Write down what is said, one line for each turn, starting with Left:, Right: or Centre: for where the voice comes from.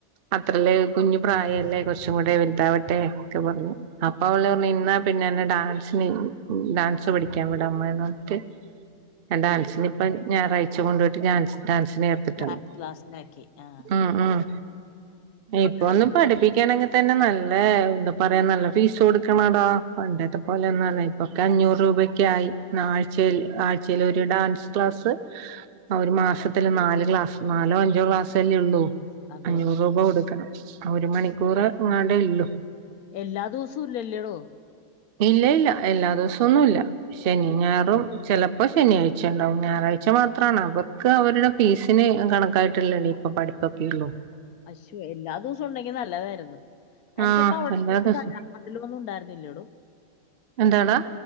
Right: അത്രല്ലെ കുഞ്ഞു പ്രായല്ലേ കൊറച്ചു കൂടെ വലുതാവട്ടെ ഒക്കെ പറഞ്ഞു അപ്പ അവള് പറഞ്ഞു ഇന്നാ പിന്നെയന്നെ ഡാൻസിന് ഡാൻസ് പഠിക്കാൻ വിടമ്മേന്ന് പറഞ്ഞിട്ട് ഞാൻ ഡാൻസിനിപ്പ
Left: ആ.
Right: ഞായറാഴ്ച കൊണ്ടുവിട്ട് ഡാൻസ് ഡാൻസിന് ചേർത്തിട്ടുണ്ട്
Left: നാല് ക്ലാസിലാക്കി ആഹ്
Right: ഉം ഉം ഇപ്പൊന്നും
Left: തന്നെ പാട്ടും
Right: പഠിപ്പിക്കാനങ്ങതന്നെ ന ല്ലെ എന്താ പറയാ നല്ല ഫീസ് കൊടുക്കണടാ പണ്ടത്തെ പോലൊന്നല്ല ഇപ്പൊക്കെ അഞ്ഞൂറ് രൂപൊക്ക ആയി ആഴ്ചേൽ
Left: പഠി
Right: ആഴ്ചേൽ ഒരു ഡാൻസ് ക്ലാസ് ഒരു മാസത്തില് നാല് ക്ലാസ് നാലോ അഞ്ചോ ക്ലാസ് അല്ലേ ഉള്ളൂ
Left: അതെ.
Right: അഞ്ഞൂറ് രൂപ കൊടുക്കണം ഒരു മണിക്കൂർ ഇങ്ങാണ്ടേ ഇള്ളൂ
Left: എല്ലാ ദിവസവും ഇല്ലല്ലേടോ
Right: ഇല്ല ഇല്ല എല്ലാ ദിവസൊന്നും ഇല്ല ശനി ഞായറും ചെലപ്പോ ശനിയാഴ്ച ഉണ്ടാവും ഞായറാഴ്ച മാത്രമാണ് അവർക്ക് അവരുടെ ഫീസിന് കണക്കായിട്ടുള്ളണി അപ്പൊ പഠിപ്പൊക്കെ ഉള്ളൂ
Left: അശൂ എല്ലാ ദിവസം ഉണ്ടെങ്കി നല്ലതായിരുന്നു തനിക്കിപ്പോ
Right: ആഹ്
Left: അവിടെ <unintelligible>
Right: എല്ലാ ദിവസവും
Left: ന്നും ഉണ്ടായിരുന്നില്ലേടൊ
Right: എന്താടാ